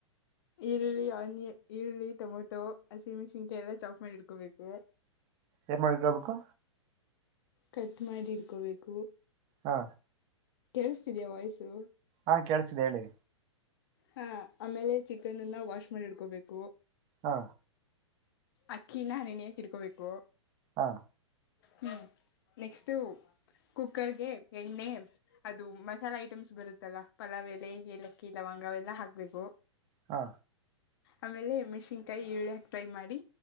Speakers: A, on the left (about 50°); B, on the right (about 30°).
A: ಈರುಳ್ಳಿ ಆನಿಯ ಈರುಳ್ಳಿ ಟೊಮೆಟೊ ಹಸಿಮೆಣಸಿನ್ಕಾಯಿ ಎಲ್ಲ ಚಾಕ್ ಮಾಡಿ ಇಡ್ಕೋಬೇಕು
B: ಏ ಮಾಡಗಾ ಬುಕ್ಕಾ
A: ಕಟ್ ಮಾಡಿ ಇಡ್ಕೋಬೇಕು
B: ಹಾ
A: ಕೇಳಿಸತಿದ್ಯಾ ವಯ್ಸು
B: ಹಾ ಕೇಳಳ್ಸಿದೆ ಹೇಳಿ
A: ಹಾ ಆಮೇಲೆ ಚಿಕನ್ನ್ನ ವಾಶ್ ಮಾಡಿ ಇಡ್ಕೋಬೇಕು
B: ಹಾ
A: ಅಕ್ಕಿನ ಹನಿನಿಯಕ ಇಡ್ಕೋಬೇಕು
B: ಹಾ
A: ಹ್ಮ್ ನೆಕ್ಸ್ಟ್ ಕುಕ್ಕರ್ಗೆ ಎಣ್ಣೆ ಅದು ಮಸಾಲೆ ಐಟಮ್ಸ್ ಬರುತ್ತಲ್ಲಾ ಪಲಾವೆಲೆ ಏಲಕ್ಕಿ ಲವಂಗ ೆಲ್ಲ ಹಾಕ್ಬೇಕು
B: ಹಾ
A: ಆಮೇಲೆ ಮೆಣಸಿಕಾಯಿ ಈರುಳ್ಳಿ ಹಾಕಿ ಫ್ರೈ ಮಾಡಿ